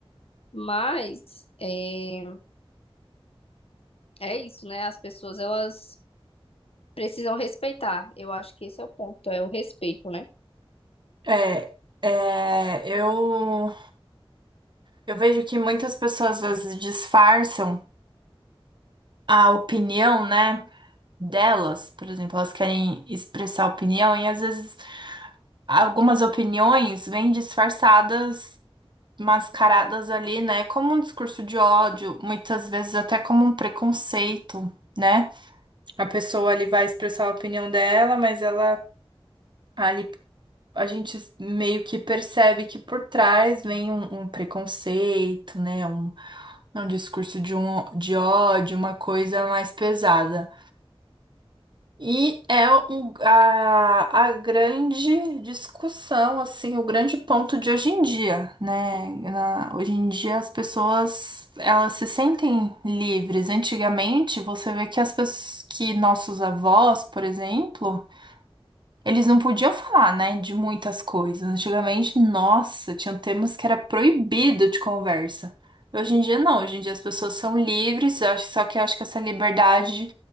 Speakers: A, on the left (about 75°); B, on the right (about 50°).
A: mas é, é isso, né? As pessoas, elas Precisam respeitar. Eu acho que esse é o ponto, é o respeito, né?
B: É, é, eu, eu vejo que muitas pessoas às vezes disfarçam a opinião, né, delas. Por exemplo, elas querem expressar opinião e às vezes algumas opiniões vêm disfarçadas, mascaradas ali, né, como um discurso de ódio, muitas vezes até como um preconceito, né? A pessoa ali vai expressar a opinião dela, mas ela ali a gente meio que percebe que por trás vem um, um preconceito, né? um É um discurso de, um, de ódio, uma coisa mais pesada. E é um, a, a grande discussão, assim, o grande ponto de hoje em dia, né? Na- hoje em dia as pessoas, elas se sentem livres. Antigamente, você vê que as pessoas, que nossos avós, por exemplo, eles não podiam falar, né, de muitas coisas. Antigamente, nossa, tinha temas que era proibido de conversa. Hoje em dia não, hoje em dia as pessoas são livres, eu acho- só que eu acho que essa liberdade